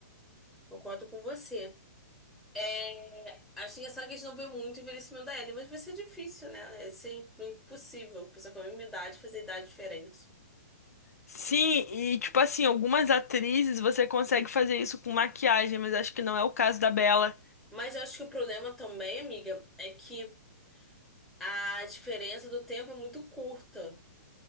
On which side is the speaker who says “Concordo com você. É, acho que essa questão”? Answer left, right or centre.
Centre